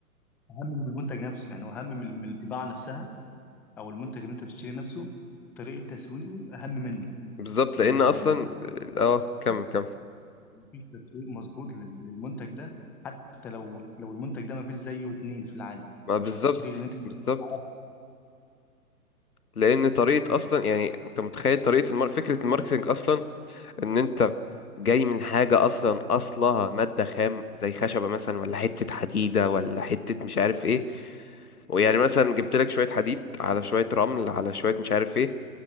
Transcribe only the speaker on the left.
بالظبط
لان
اصلا
اه
كمل كمل
ما بالظبط
بالظبط
لان طريقه اصلا يعني انت متخيل طريقه المار... فكره الماركتنج اصلا ان انت جاي من حاجه اصلا اصلها ماده خام زي خشبه مثلا ولا حته حديده ولا حته مش عارف ايه ويعني مثلا جبت لك شويه حديد على شويه رمل على شويه مش عارف ايه